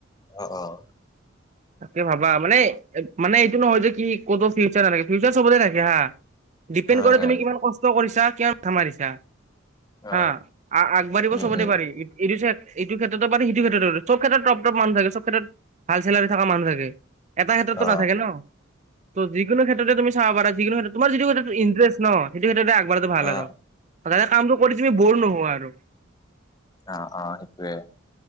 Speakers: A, on the left; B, on the right.
A: অহ - অহ।
B: তাকে ভাবা মানে - মানে এইটো নহয় যে কি কতো ফিউচাৰ নথাকে ফিউচাৰ চবতে থাকে হা। ডিপেণ্ড
A: হয়
B: কৰে
A: হয়
B: তুমি কি কষ্ট কৰি‌ছা। <unintelligible> কিমান কে মাৰিচা। হা
A: অ
B: আগবাঢ়িব
A: উম
B: সবতে
A: উম
B: পাৰি এইটো এইটো ক্ষেত্ৰতো পাৰি সেইটো ক্ষেত্ৰতো পাৰি চব। সব ক্ষেত্ৰত টপ - টপ মান ভেলু সব ক্ষেত্ৰত ভাল চেলাৰি থকা মানুহ থাকে এটা ক্ষেত্ৰতো
A: অ
B: নথাকে ন' ত যিকোনো ক্ষেত্ৰতে তুমি চাব পাৰা যিকোনো ক্ষেত্ৰত তোমাৰ যিটো ক্ষেত্ৰত ইণ্টাৰেষ্ট ন। সেইটো ক্ষেত্ৰতে আ <unintelligible> ভাল
A: অ
B: আৰু তাতে কামটো কৰি তুমি বৰ নোহোৱা আৰু।
A: অহ - অহ সেইটোৱে।